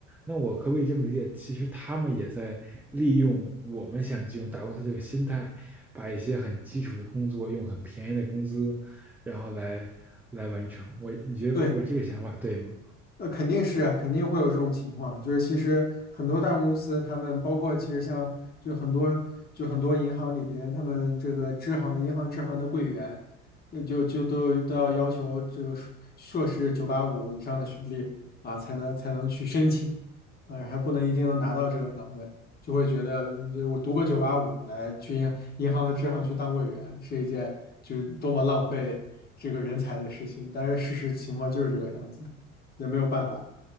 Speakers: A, in the centre; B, on the left.
A: 那我可不可以这么理解？其实他们也在利用我们想进入大公司这个心态，把一些很基础的工作用很便宜的工资，然后来来完成。我，你觉得我这个想法对吗？
B: 对。呃，肯定是啊肯定会有这种情况，就是其实很多大公司，他们包括其实像就很多就很多银行里边，他们这个支行银行支行的柜员，那就就都有都要要求这个硕硕士九八五以上的学历啊，才能才能去申请，啊，还不能一定能拿到这个岗位，就会觉得嗯就我读个九八五来去银银行的支行去当柜员是一件就是多么浪费这个人才的事情，但是事实情况就是这个样子。那没有办法，